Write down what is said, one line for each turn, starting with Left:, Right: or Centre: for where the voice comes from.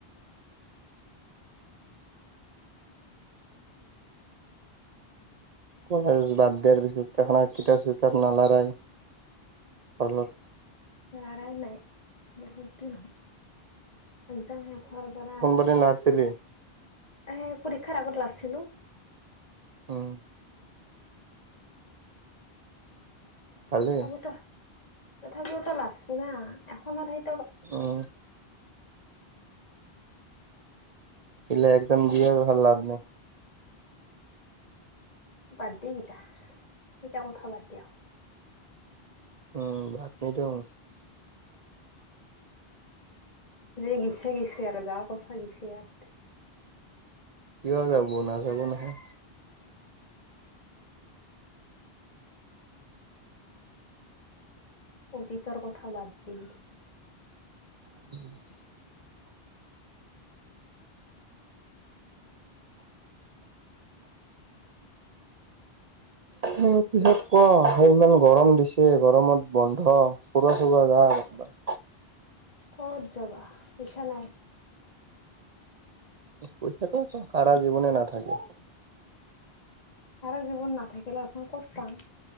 Right: কলেজ বাদ দিয়াৰ পিছত দেখো কিতাপ চিতাপ নালা়ৰাই ফলত
Left: লাৰাই নাই, বহুত দিন হ'ল। এক্সম শেষ হোৱাৰ পৰা আৰু
Right: <unintelligible> নাছিলি।
Left: এ পৰীক্ষাৰ আগত লাইছিলো।
Right: উম। ভালেই
Left: তথাপিতো, তথাপিওতো লাগছো না এখনত সেই
Right: উম। <unintelligible> একদম দিয়ে ভাল লাভ নাই।
Left: বাদ দি <unintelligible> কথা বাদ দিয়া।
Right: উম, বাদ নিদিওঁ।
Left: যে গিছে গছে আৰু যা কছা গিছে আৰু এয়াত।
Right: কিয় যাব, নাযাব নহয়।
Left: অতীতৰ কথা বাদ দি
Right: <inaudible> <unintelligible> পিছত ক, সেই ইমান গৰম দিছে গৰমত বন্ধ, ফুৰা চুৰা যা আৰু <unintelligible>
Left: ক'ত যাবা পইচা নাই।
Right: পইচাটো সাৰা জীৱনে নাথাকে।
Left: চাৰা জীৱন নাথাকিলে <unintelligible> ক'ত পাম।